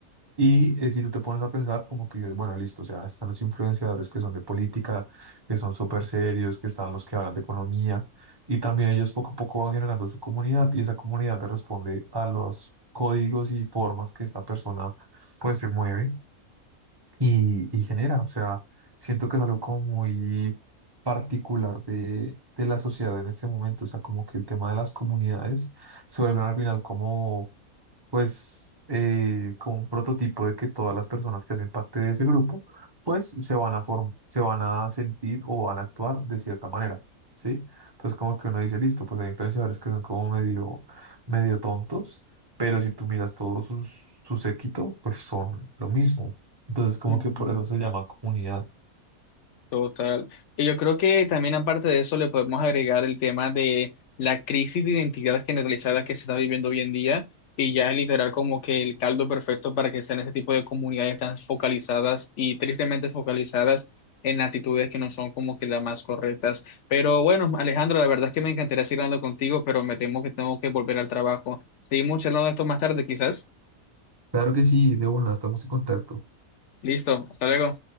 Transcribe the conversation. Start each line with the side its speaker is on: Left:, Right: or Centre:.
Right: Y eh, si tú te pones a pensar, como que dices, bueno, listo, o sea, están los influenciadores que son de política, que son súper serios, que están los que hablan de economía, y también ellos poco a poco van generando su comunidad y esa comunidad le responde a los códigos y formas que esta persona pues se mueve y, y genera. O sea, siento que es algo como muy particular de, de la sociedad en este momento, o sea, como que el tema de las comunidades se vuelve al final como pues eh, como un prototipo de que todas las personas que hacen parte de ese grupo, pues se van a form- se van a sentir o van a actuar de cierta manera, ¿sí? Entonces como que uno dice, listo, pues hay influenciadores que son como medio, medio tontos, pero si tú miras todo sus, su séquito, pues son lo mismo. Entonces como
Left: Ujú.
Right: que por eso se llama comunidad.
Left: Total. Y yo creo que también aparte de eso le podemos agregar el tema de la crisis de identidad generalizada que se está viviendo hoy en día y ya es literal como que el caldo perfecto para que sean este tipo de comunidades tan focalizadas y tristemente focalizadas en actitudes que no son como que las más correctas. Pero bueno, Alejandro, la verdad es que me encantaría seguir hablando contigo, pero me temo que tengo que volver al trabajo. Seguimos charlando de esto más tarde, quizás.
Right: Claro que sí, de una, estamos en contacto.
Left: Listo, hasta luego.